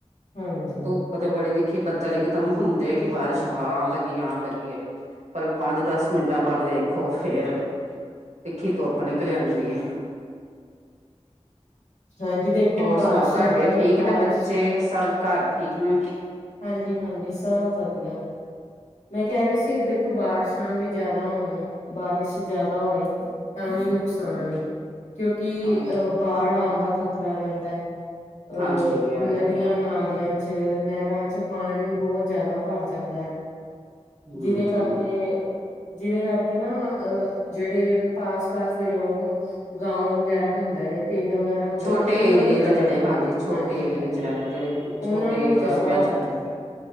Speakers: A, on the left (about 80°); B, on the right (about 80°).
A: ਹਾਂਜੀ-ਹਾਂਜੀ।
B: ਧੁੱਪ ਤੇ ਬੜੀ ਤਿਖੀ ਬੱਦਲ ਇਕਦਮ ਹੁੰਦਾ। ਕਿ ਬਾਰਿਸ਼ ਆ ਆਉਣ ਲੱਗੀ ਆਉਣ ਲੱਗੀ। ਪਰ ਪੰਜ ਦਸ ਮਿੰਟਾਂ ਬਾਅਦ ਵੇਖੋ ਫੇਰ। ਤਿੱਖੀ ਧੁੱਪ ਨਿੱਕਲ ਆਉਂਦੀ
A: ਹਾਂਜੀ ਦੇਖੋ
B: ਹੋਰ
A: ਬਾਰਿਸ਼ਾਂ
B: ਸੁਣਾਓ ਤੁਹਾਡੇ ਠੀਕ
A: ਬਾਰਿਸ਼
B: ਨੇ ਬੱਚੇ ਸਭ ਘਰ ਠੀਕ ਨੇ।
A: ਹਾਂਜੀ ਹਾਂਜੀ ਸਭ ਵਧੀਆ ਮੈਂ ਕਹਿ ਰਹੀ ਸੀ। ਬਾਰਿਸ਼ਾਂ ਵੀ ਜਿਆਦਾ ਹੋਣ ਬਾਰਿਸ਼ ਜਿਆਦਾ ਹੋਏ। ਤਾਂ ਵੀ ਨੁਕਸਾਨ
B: ਹਾਂਜੀ
A: ਹੈ ਕਿਉਂਕਿ
B: ਹਾਂਜੀ
A: ਅਹ ਬਾੜ ਆਉਣ ਦਾ ਖ਼ਤਰਾ ਰਹਿੰਦਾ ਹੈ। ਅਹ
B: ਹਾਂਜੀ ਆ
A: ਨਦੀਆਂ
B: ਤੇ ਹੈ
A: ਨਾਲਿਆਂ ਚ ਨਹਿਰਾਂ। ਵਿੱਚ ਪਾਣੀ ਬਹੁਤ ਜਿਆਦਾ ਭਰ ਜਾਂਦਾ ਹੈ
B: ਹਮ
A: ਜਿਹਦੇ ਕਰਕੇ ਜਿਹਦੇ ਕਰਕੇ ਨਾ ਅਹ ਜਿਹੜੇ ਪਾਸ ਪਾਸ ਦੇ ਲੋਕ ਗਾਓ ਵਗੈਰਾ ਹੁੰਦੇ ਨੇ ਪਿੰਡ ਵਗੈਰਾ ਹੁੰਦੇ
B: ਛੋਟੇ
A: ਨੇ ਉਹਨਾਂ
B: ਏਰੀਏ
A: ਨੂੰ ਜ਼ਿਆਦਾ
B: ਚ ਜਿਹੜੇ ਹਾਂਜੀ ਛੋਟੇ
A: ਹਾਂਜੀ-ਹਾਂਜੀ
B: ਏਰੀਏ ਚ ਰਹਿੰਦੇ ਜਿਹੜੇ ਛੋਟੇ
A: ਉਹਨਾਂ ਨੂੰ ਜ਼ਿਆਦਾ
B: ਕਸਬਿਆਂ ਚ ਰਹਿੰਦੇ